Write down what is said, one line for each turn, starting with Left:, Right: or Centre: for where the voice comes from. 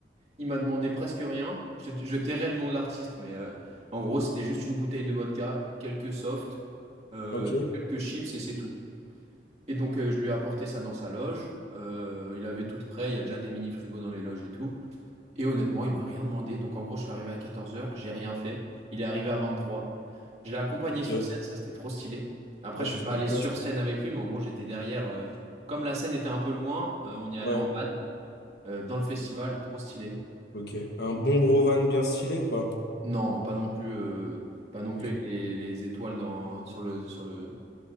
Right: Il m'a demandé presque rien. Je, te- je tairai le nom de l'artiste, mais euh, en gros, c'était juste une bouteille de vodka, quelques softs, euh,
Left: Ok.
Right: quelques chips et c'est tout. Et donc, euh, je lui ai apporté ça dans sa loge. Euh, il avait tout prêt, il y a déjà des mini-frigos dans les loges et tout. Et honnêtement, il m'a rien demandé. Donc en gros, je suis arrivé à 14 heures, j'ai rien fait. Il est arrivé à 23. Je l'ai accompagné
Left: Ok.
Right: sur scène, ça c'était trop stylé. Après,
Left: Oh
Right: je
Left: putain,
Right: suis pas
Left: la
Right: allé
Left: classe.
Right: sur scène avec lui, mais en gros, j'étais derrière. euh, Comme la scène était un peu loin, euh, on y allait
Left: Ouais.
Right: en van euh, dans le festival, trop stylé.
Left: Ok. Un bon gros van bien stylé ou pas?
Right: Non, pas non plus, euh, pas non
Left: Ok.
Right: plus avec les, les étoiles dans, sur le, sur le,